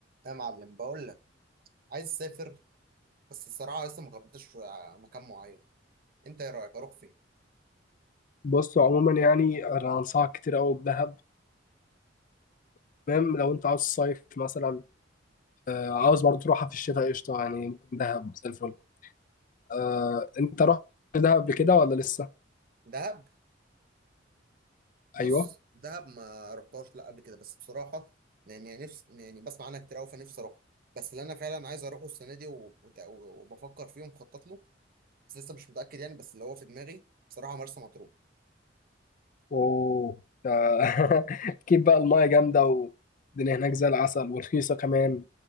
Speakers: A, on the right (about 50°); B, on the left (about 45°).
A: يا معلم بقول لك عايز اسافر بس الصراحه لسه ما قررتش آه، مكان معين انت ايه رايك اروح فين
B: بص عموما يعني انا انصحك كتير قوي بدهب تمام لو انت عاوز صيف مثلا آه عاوز برضه تروحها في الشتاء قشطه يعني ممكن دهب زي الفل آه انت رحت دهب قبل كده ولا لسه
A: دهب بص
B: ايوه
A: دهب ما رحتهاش لا قبل كده بس بصراحه يعني نفسي يعني بسمع عنها كتير قوي فنفسي اروح بس اللي انا فعلا عايز اروحه السنه دي و- وت- و- وبفكر فيه ومخطط له بس لسه مش متاكد يعني بس اللي هو في دماغي بصراحه مرسى مطروح
B: اوه آه، <laughs> اكيد بقى المايه جامده والدنيا هناك زي العسل ورخيصه كمان